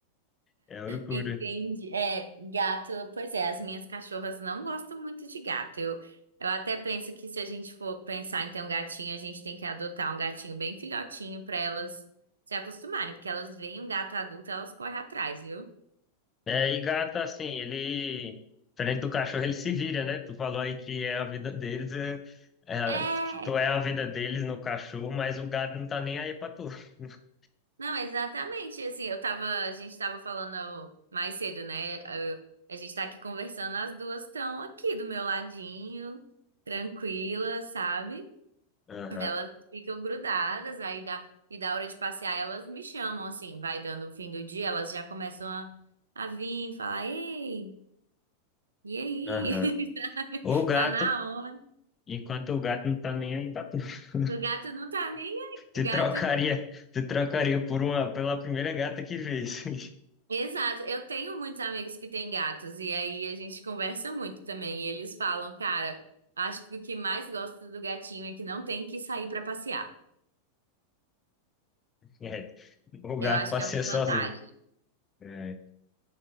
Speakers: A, on the left; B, on the right.
A: É uma loucura.
B: Entendi. É, gato, pois é, as minhas cachorras não gostam muito de gato. Eu, eu até penso que se a gente for pensar em ter um gatinho, a gente tem que adotar um gatinho bem filhotinho para elas se acostumarem, porque elas veem um gato adulto, elas correm atrás, viu?
A: É, e gato, assim, ele, diferente do cachorro, ele se vira, né? Tu falou aí que é a vida deles, é, é,
B: É,
A: que tu é a vida deles no cachorro, mas o gato não tá nem aí pra tu. <laughs>
B: não, exatamente. Assim, eu tava, a gente tava falando mais cedo, né? Eu- a gente tá aqui conversando, as duas estão aqui do meu ladinho, tranquilas, sabe?
A: Aham,
B: elas ficam grudadas, aí dá, e da hora de passear, elas me chamam, assim, vai dando o fim do dia, elas já começam a, a vir, falar, ei, e aí?
A: aham.
B: <laughs> Sabe?
A: O gato
B: Tá na hora.
A: Enquanto o gato não tá nem aí pra tu. <laughs>
B: O gato não tá nem aí. O
A: Tu
B: gato.
A: trocaria, tu trocaria por uma, pela primeira gata que visse. <laughs>
B: Exato. Eu tenho muitos amigos que têm gatos, e aí a gente conversa muito também. E eles falam, cara, acho que o que mais gosto do gatinho é que não tem que sair pra passear.
A: É, o gato
B: Eu acho
A: passeia
B: que é uma
A: sozinho.
B: vantagem.
A: É.